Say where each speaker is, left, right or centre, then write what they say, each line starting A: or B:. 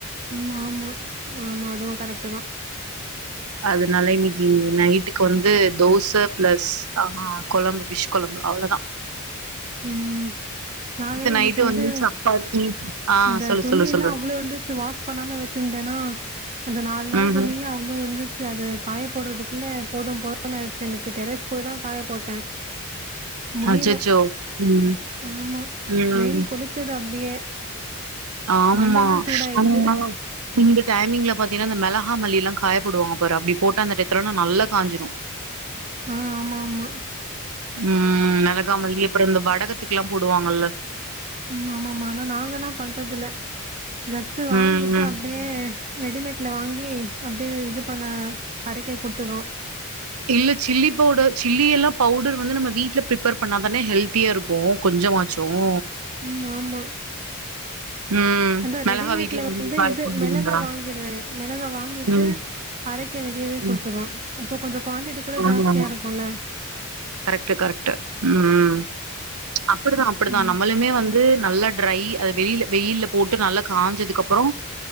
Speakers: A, on the right; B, on the right.
A: ம்மா ஆமா ஆமா அதுவு கரெக்டு தா
B: அதனால இன்னைக்கு நைட்டுக்கு வந்து தோச பிளஸ் ஆஹ் கொழம்பு ஃபிஸ் கொழம்பு அவ்ளவுதா
A: ம் நா வேற
B: நைட்டு
A: இன்னைக்கு வந்து
B: சப்பாத்தி ஆ
A: இந்த
B: சொல்லு
A: துணியெல்லா
B: சொல்லு சொல்லு.
A: அவ்ளோ இருந்துச்சு வாஷ் பண்ணாம வச்சுருந்தேன்னா அந்த நாலு நாள்
B: ம்ஹ்ம்.
A: துணியே அவ்ளோ இருந்துச்சு அது காய போடுறதுக்குள்ள போதும் போதுன்னு ஆயிடுச்சு எனக்கு டெரஸ் போய்தா காய போட்டேன் முடியல
B: அச்சச்சோ ம்.
A: ஆமா
B: ம்.
A: வெயில் கொளுத்துதா அப்டியே
B: ஆமா
A: மண்டலாம் சூடாயிடுச்சு
B: ஆமா நீங்க டைமிங்ல பாத்தீங்கன்னா அந்த மெளகா மல்லிலாம் காயப்போடுவாங்க பாரு அப்டி போட்டா அந்த டயத்துலலா நல்லா காஞ்சிரும்
A: ஆ ஆமா ஆமா
B: ம் மெளகா மல்லி கூட இந்த வடகத்துக்குலா போடுவாங்கல்ல
A: ம் ஆமா ஆமா ஆனா நாங்கலா பண்றதுல்ல ஜஸ்ட்டு வாங்கிட்டு
B: ம் ம்.
A: அப்டியே ரெடிமேட்ல வாங்கி அப்டி இது பண்ண அரைக்க குடுத்துடுவோ
B: இல்ல சில்லி பவுடர் சில்லியெல்லாம் பவுடர் வந்து நம்ம வீட்ல பிரிப்பேர் பண்ணாதான ஹெல்த்தியாருக்கும் கொஞ்சமாச்சும்
A: ம் ஆமா
B: ம்
A: அதா
B: மெளகா
A: ரெடிமேட்ல
B: வீட்ல
A: வந்து
B: காய
A: இது
B: போடுவீங்களா
A: மிளகா வாங்கிடுவேன் மிளகா வாங்கிட்டு
B: ம்
A: அரைக்க வெளியவே குடுத்துடுவோம்
B: ம்
A: அப்போ கொஞ்சோ குவான்டிட்டி கூட
B: ஆமா
A: ஜாஸ்தியா
B: ஆமா
A: இருக்குல்ல
B: கரெக்ட்டு கரெக்ட்டு ம் அப்டிதா அப்டிதா
A: ம்
B: நம்மளுமே வந்து நல்லா ட்ரை அ வெளில வெயில்ல போட்டு நல்லா காஞ்சதுக்கு அப்பறோ